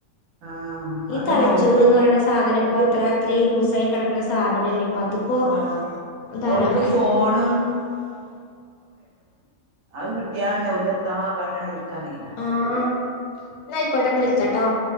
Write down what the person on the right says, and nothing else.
ആഹ്
അതന്നെ
ഓൽക്ക്
ഓൽക്ക്
ആഹ്
ഓൽക്ക് ഫോണും അതു കിട്ടിയാ തന്നെ ഓൽക്ക് എത്താ കാട്ടണ്ട്യ ക്കറീല്ല